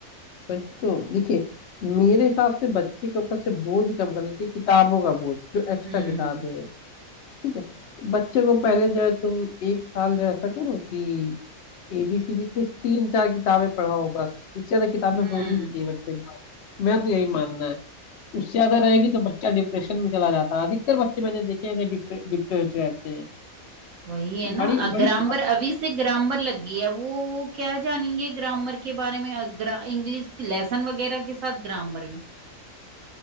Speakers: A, on the left; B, on the right.
A: वही तो देखिए मेरे हिसाब से बच्चे के ऊपर से बोझ कम करना चाहिए किताबों का बोझ जो एक्स्ट्रा
B: हम्म
A: किताबें हैं ठीक है बच्चे को पहले जो है तुम एक साल जो ऐसा करो कि एबीसीडी कुछ तीन चार किताबें पढ़ाओ बस इससे ज्यादा किताबें
B: हम्म
A: होनी नहीं चाहिए बच्चे के पास मैं तो यही मानना है उससे ज्यादा रहेगी तो बच्चा डिप्रेशन में चला जाता है अधिकतर बच्चे मैंने देखे हैं डिप्रेस्ड रहते हैं
B: वही है ना
A: बड़ी बड़ी
B: ग्रामर
A: प्रॉब्लम-
B: अभी से ग्रामर लग गई है वो वो क्या जानेंगे ग्रामर के बारे में अ, ग्रा, इंग्लिश लेसन वगैरह के साथ ग्रामर भी